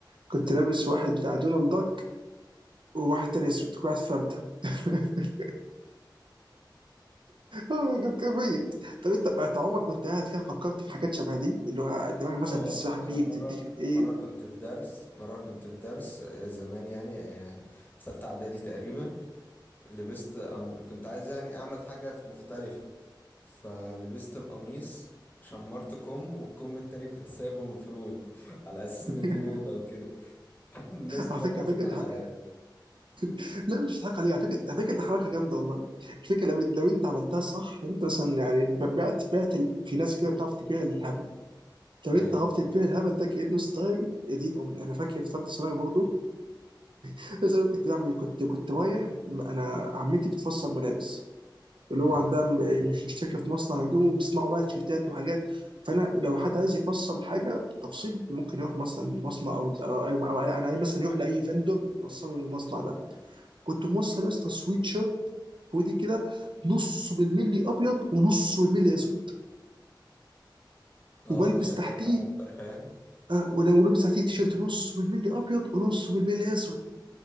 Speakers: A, on the right; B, on the left.
A: كنت لابس واحد بتاع دونالد داك وواحد تاني اسود كنت فهمتها <laughs> أوه، كان كان ميت طب انت انت عمرك وانت قاعد كده فكرت في حاجات شبه دي اللي هو دماغك مثلا
B: اه
A: بتسرح بيك
B: انا مره
A: تديك ايه
B: مره كنت في درس مره كنت في درس آه، زمان يعني آه، في ثالثه اعدادي تقريبا لبست أم... كنت عايز يعني اعمل حاجه مختلفه فلبست القميص شمرت كم والكم التاني كنت سايبه مفرود <laughs> على اساس
A: <laughs>
B: ان دي موضه وكده <laughs> الناس كلها
A: على فكره
B: كانت
A: على فكره
B: بتضحك عليا
A: <laughs> لا مش هضحك عليك على فكره على فكره دي حركه جامده والله الفكره لو لو انت عملتها صح لو انت مثلا يعني بعت بعت ال- في ناس كده بتعرف تبيع الهبل طب
B: ايوه
A: انت عرفت تبيع الهبل ده كانه ستايل يا دين امي انا فاكر في ثالثه ثانوي برضه <laughs> بس انا كنت بعمل ايه؟ كنت كنت رايح انا عمتي بتفصل ملابس اللي هو
B: ايوه
A: عندها م- إيه، مش مشتركه في مصنع هدوم وبيصنعوا بقى تيشيرتات وحاجات فانا لو حد عايز يفصل حاجه تفصيل ممكن يروح مثلا لمصنع او او, أو, أو يعني مثلا يروح لاي فندور يوصله للمصنع ده كنت موصل يا اسطى سويت شيرت ودي كده نصه بالملي ابيض ونصه بالملي اسود
B: اه
A: وبلبس
B: عشان
A: تحتيه
B: تعمل حاجه مختلفه يعني
A: اه ولو- ولابس ساعتين تيشيرت نص بالملي ابيض ونص بالملي اسود